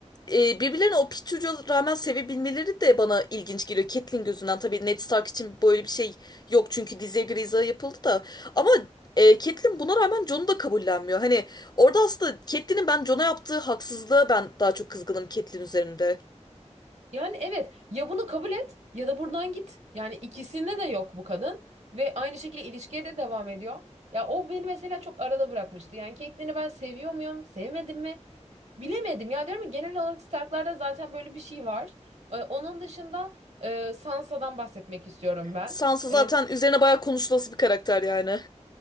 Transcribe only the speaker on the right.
Yani evet ya bunu kabul et ya da buradan git. Yani ikisinde de yok bu kadın ve aynı şekilde ilişkiye de devam ediyor. Ya o beni mesela çok arada bırakmıştı. Yani Caitlyn'i ben seviyor muyum, sevmedim mi bilemedim. Ya diyorum ya genel olarak Stark'larda zaten böyle bir şey var. Ee, onun dışında e, Sansa'dan bahsetmek istiyorum ben.
Ee,